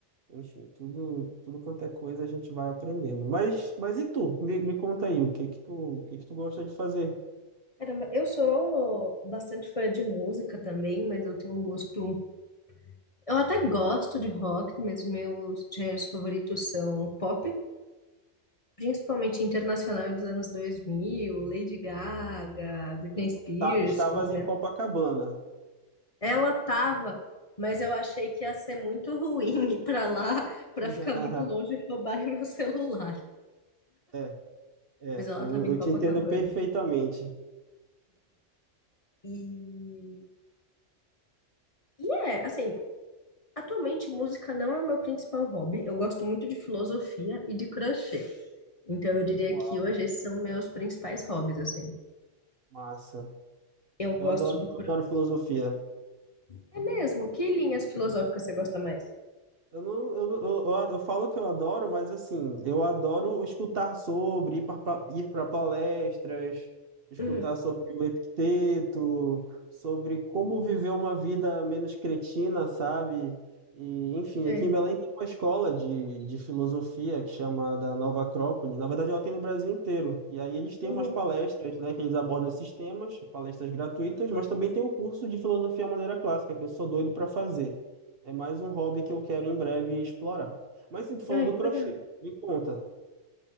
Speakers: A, on the right; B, on the left.
A: enfim, tudo, tudo quanto é coisa a gente vai aprendendo. Mas, mas e tu? Me, me conta aí, o que que tu, o que que tu gosta de fazer?
B: Caramba, eu sou bastante fã de música também, mas eu tenho um gosto. Eu até gosto de rock, mas meus gêneros favoritos são pop, principalmente internacional dos anos 2000, Lady Gaga, Britney
A: Então,
B: Spears,
A: tu tá, estavas
B: são os
A: em Copacabana.
B: Ela tava, mas eu achei que ia ser muito ruim <laughs> ir pra lá, pra
A: <laughs>
B: ficar muito longe e roubarem <laughs> meu celular.
A: É, é,
B: Mas ela
A: eu,
B: tava em
A: eu
B: Copacabana.
A: te entendo perfeitamente.
B: E, e é, assim, atualmente música não é o meu principal hobby. Eu gosto muito de filosofia e de crochê. Então eu diria
A: Uau,
B: que hoje esses são meus principais hobbies, assim.
A: massa.
B: Eu
A: Eu
B: gosto
A: adoro,
B: do crochê.
A: adoro filosofia.
B: É mesmo? Que linhas filosóficas você gosta mais?
A: Eu, não, eu, não- eu, eu, eu falo que eu adoro, mas assim, eu adoro escutar sobre, ir para ir para palestras, escutar
B: Uhum,
A: sobre o Epicteto, sobre como viver uma vida menos cretina, sabe? E, enfim,
B: sei.
A: aqui em Belém tem uma escola de, de filosofia que chama da Nova Acrópole. Na verdade, ela tem no Brasil inteiro. E aí eles têm
B: Uhum.
A: umas palestras, né, que eles abordam esses temas, palestras gratuitas, mas também tem o curso de filosofia à maneira clássica, que eu sou doido para fazer. É mais um hobby que eu quero em breve explorar. Mas sim, tu falou
B: Ai,
A: do
B: que
A: crochê.
B: legal.
A: Me conta.